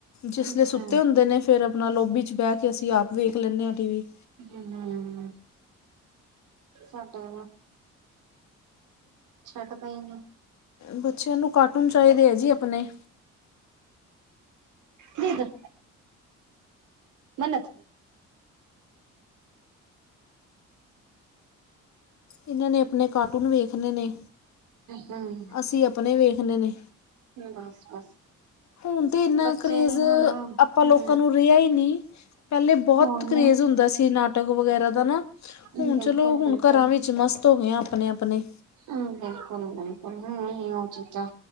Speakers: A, on the left; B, on the right.
A: ਜਿਸ
B: ਅੱਛਾ
A: ਲੇ ਸੁੱਤੇ ਹੁੰਦੇ ਨੇ ਫਿਰ ਆਪਣਾ ਲੋਬੀ 'ਚ ਬਹਿ ਕੇ ਅਸੀਂ ਆਪ ਵੇਖ ਲੈਂਦੇ ਹਾਂ, ਟੀ ਵੀ
B: ਹਮ ਹ ਸਾਡੇ ਛੱਡ ਦੇ ਹੀ ਨਹੀਂ
A: ਬੱਚਿਆਂ ਨੂੰ ਕਾਰਟੂਨ ਚਾਹੀਦੇ ਹੈ ਜੀ, ਆਪਣੇ
B: ਬੀਦਰ ਮੰਨਤ
A: ਇਹਨਾਂ ਨੇ ਆਪਣੇ ਕਾਰਟੂਨ ਵੇਖਣੇੇ ਨੇ
B: ਹੂੰ,
A: ਅਸੀਂ ਆਪਣੇ ਵੇਖਣੇ ਨੇ
B: ਬਸ ਬਸ
A: ਹੁਣ ਤਾਂ ਏਨਾ
B: ਬੱਚੇ
A: ਕਰੇਜ਼
B: ਵੀ ਹੁਣ
A: ਆਪਾਂ
B: ਹਮ
A: ਲੋਕਾਂ ਨੂੰ ਰਿਆ ਈ ਨੀ ਪੈਲੇ ਬਹੁਤ
B: ਉਹੀ
A: ਕਰੇਜ਼
B: ਨਾ
A: ਹੁੰਦਾ ਸੀ ਨਾਟਕ ਵਗੈਰਾ ਦਾ ਨਾ।
B: ਬਿਲਕੁਲ
A: ਹੁਣ ਚਲੋ ਹੁਣ
B: ਬਿਲਕੁਲ
A: ਘਰਾਂ ਵਿੱਚ ਮਸਤ ਹੋਗੇ ਆ ਆਪਣੇ- ਆਪਣੇ।
B: ਹੂੰ, ਬਿਲਕੁਲ ਬਿਲਕੁਲ, ਹੁਣ ਨੀ ਓ ਚੀਜ਼ਾਂ